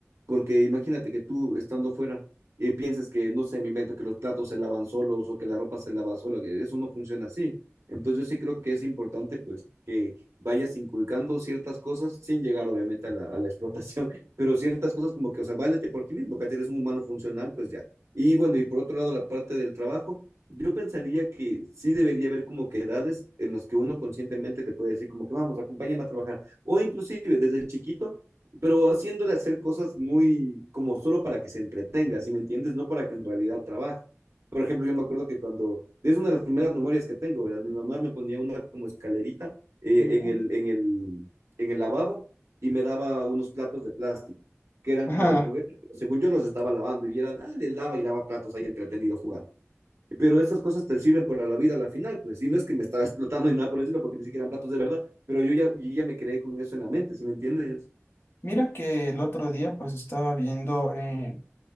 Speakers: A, on the right; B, on the left.
A: porque imagínate que tú estando fuera eh, pienses que, no sé, me invento que los platos se lavan solos o que la ropa se lava sola, que eso no funciona así. Entonces yo sí creo que es importante pues que vayas inculcando ciertas cosas sin llegar obviamente a la, a la explotación, <laughs> pero ciertas cosas como que, o sea, válete por ti mismo, que eres un humano funcional, pues ya. Y bueno, y por otro lado la parte del trabajo yo pensaría que sí debería haber como que edades en las que uno conscientemente le puede decir como que vamos, acompáñame a trabajar. O inclusive desde chiquito, pero haciéndole hacer cosas muy como solo para que se entretenga, ¿sí me entiendes? No para que en realidad trabaje. Por ejemplo, yo me acuerdo que cuando, es una de las primeras memorias que tengo, ¿verdad? Mi mamá me ponía una como escalerita eh,
B: ya.
A: en el, en el, en el lavabo y me daba unos platos de plástico que eran
B: Ajá.
A: como de juguete, pero según yo los estaba lavando y era, dale, lava y lava platos ahí entretenido jugando. Pero esas cosas te sirven para la vida a la final, pues. Y no es que me estaba explotando en nada por el estilo, porque ni siquiera eran platos de verdad, pero yo ya, yo ya me creé con eso en la mente, ¿sí me entiendes?
B: Mira que el otro día pues estaba viendo eh,